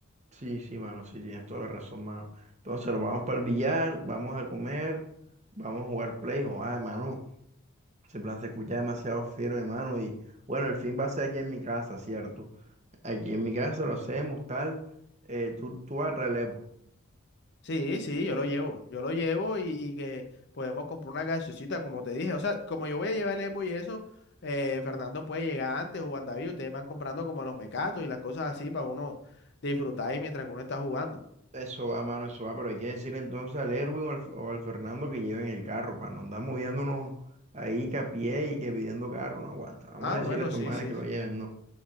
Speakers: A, on the right; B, on the left.
A: Sí, sí, mano, sí, tienes toda la razón, mano. Entonces nos vamos para el billar, vamos a comer, vamos a jugar play, Oh, ah, mano. Ese plan se escucha demasiado firme, mano. Y bueno, el fin va a ser aquí en mi casa, ¿cierto? Aquí en mi casa lo hacemos, tal. Eh, tú, tú vas a traer el Xbox.
B: Sí, sí, yo lo llevo, yo lo llevo y, y que podemos comprar una gaseosita, como te dije. O sea, como yo voy a llevar el Evo y eso, eh, Fernando puede llegar antes o Juan David, ustedes van comprando como los mecatos y las cosas así para uno disfrutar ahí mientras que uno está jugando.
A: Eso va, mano, eso va, pero hay que decirle entonces al Erwin o al, o al Fernando que lleven el carro, para no andar moviéndonos ahí que a pie y que pidiendo carro, no aguanta. Vamos
B: Ah,
A: a decirle
B: bueno,
A: a estos
B: sí,
A: manes
B: sí.
A: que lo lleven, no.